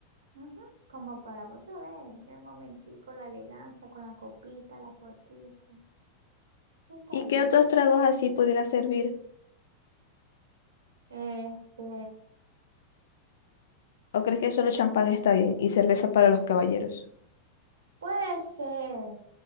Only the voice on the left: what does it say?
¿Y
qué otros tragos así pudiera servir?
¿O crees que solo champán está bien y cerveza para los caballeros?